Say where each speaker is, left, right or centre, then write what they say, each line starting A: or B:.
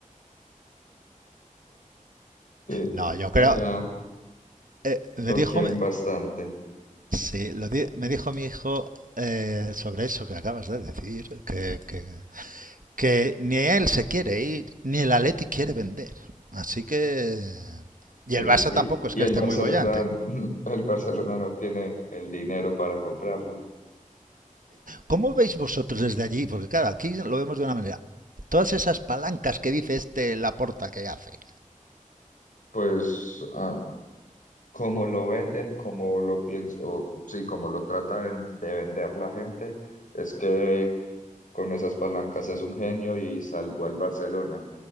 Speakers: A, on the left (about 70°); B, on the right (about 75°).
A: Sí,
B: No, yo creo.
A: allá
B: eh, me
A: lo
B: dijo,
A: quieren
B: mi-
A: bastante.
B: sí, lo di- me dijo mi hijo eh, sobre eso que acabas de decir, que, que, que ni él se quiere ir, ni el Atleti quiere vender. Así que. Y
A: Eh,
B: el Barça
A: Y,
B: tampoco es que
A: y el
B: esté
A: Barcelona,
B: muy bollante.
A: <laughs> el Barcelona no tiene el dinero para comprarlo.
B: ¿Cómo veis vosotros desde allí? Porque claro, aquí lo vemos de una manera. Todas esas palancas que dice este Laporta que hace.
A: Pues ah, como lo venden, como lo pienso, o sí, como lo tratan de vender la gente, es que con esas palancas es un genio y salvó al Barcelona.